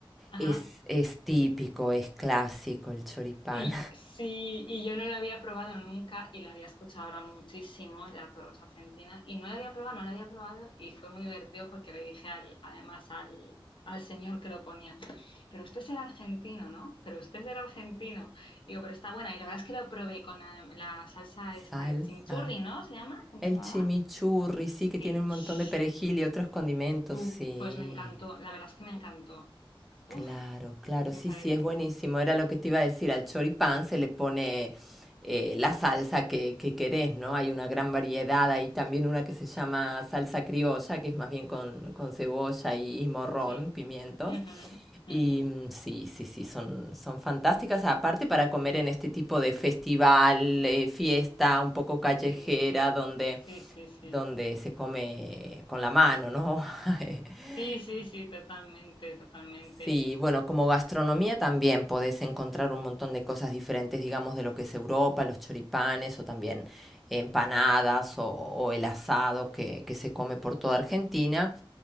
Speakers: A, on the left; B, in the centre.
A: Ajá.
B: Es, es típico, es clásico el choripán.
A: Y sí, y yo no la había probado nunca y la había escuchado hablar muchísimo de a todos los argentinos y no la había probado, no la había probado y fue muy divertido porque le dije al, además al, al señor que lo ponía, pero usted será argentino, ¿no? Pero usted será argentino. Digo, pero está buena y la verdad es que lo probé con la, la salsa
B: <laughs>
A: esta
B: Salsa.
A: de chimichurri, ¿no? ¿Se llama? ¿Cómo
B: El
A: se llamaba?
B: chimichurri, sí,
A: Sí,
B: que tiene un
A: su-
B: montón de perejil y otros condimentos,
A: su-
B: sí.
A: pues me encantó, la verdad es que me encantó.
B: Claro,
A: Uf,
B: claro,
A: me
B: sí,
A: pareció,
B: sí, es buenísimo. Era lo que te iba a decir, al choripán se le pone eh, la salsa que, que querés, ¿no? Hay una gran variedad, hay también una que se llama salsa criolla, que es más bien con, con cebolla y, y morrón,
A: sí.
B: pimientos.
A: Ujú, ujú.
B: Y mm, sí, sí, sí, son, son fantásticas, aparte para comer en este tipo de festival, eh, fiesta un poco callejera,
A: Sí,
B: donde,
A: sí, sí, sí.
B: donde se come con la mano, ¿no? <laughs>
A: Sí, sí, sí, totalmente, totalmente.
B: Sí, bueno, como gastronomía también podés encontrar un montón de cosas diferentes, digamos, de lo que es Europa, los choripanes o también empanadas o, o el asado que, que se come por toda Argentina.